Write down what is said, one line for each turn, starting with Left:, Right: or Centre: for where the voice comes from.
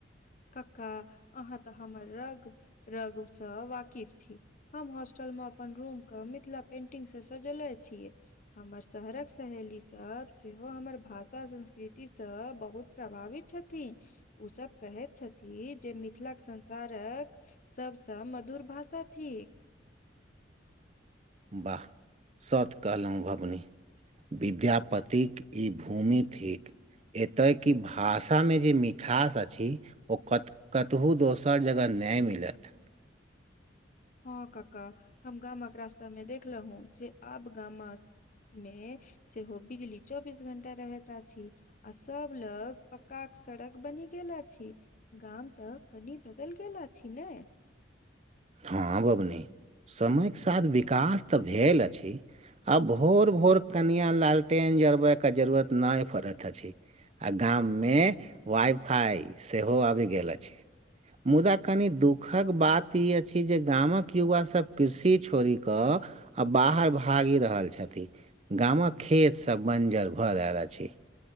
Left: कक्का अहाँ तऽ हमर र रगसँ वाकिफ छी हम हॉस्टल मे अपन रूम के मिथिला पेंटिंगसँ सजोले छियै हमर शहरक सहेलीसभ सेहो हमर भाषा संस्कृतिस बहुत प्रभावित छथि ओसभ कहैत छथिन जे मिथिलाक संसारक सबसँ मधुर भाषा थिक
Right: वाह सत कहलहुँ भवनि विद्यापतिक ई भूमि थिक एते यकि भाषा मे जे मिठास अछि ओ कत कतहु दोसर जगह नहि मिलत
Left: हँ काका हम गामक रास्ता मे देखल हूं जे आब गामा मे सेहो बिजली चौबीस घंटा रहैत अछी आ सब लग पक्काक क सड़क बनी गेल अछी गाम तऽ कनि बदलि गेल अछि नै
Right: हँ बबूनी समयके साथ विकास तऽ भेल अछि आ भोर भोर कनिया लालटेन जरबय के जरुरत नहि पड़ैत अछि आ गाम मे वाइ फाई सेहो आबि गेल अछि मुदा कनि दुखक बात ई अछि जे गामक युवा सब कृषि छोड़ी कऽ आ बाहर भागि रहल छथि गामक खेतसभ बञ्जर भऽ रहल अछि